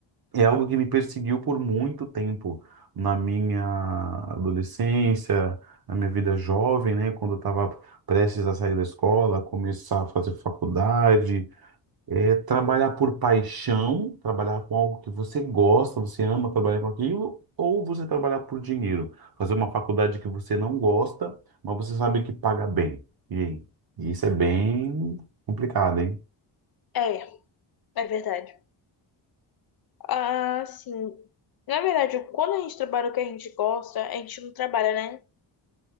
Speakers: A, on the right (about 50°); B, on the left (about 50°).
A: É algo que me perseguiu por muito tempo, na minha adolescência, na minha vida jovem, né? Quando eu estava prestes a sair da escola, começar a fazer faculdade, é, trabalhar por paixão, trabalhar com algo que você gosta, você ama trabalhar com aquilo, ou você trabalhar por dinheiro, fazer uma faculdade que você não gosta, mas você sabe que paga bem. E aí? Isso é bem complicado, hein?
B: É, é verdade. Ah, sim. Na verdade, quando a gente trabalha o que a gente gosta, a gente não trabalha, né?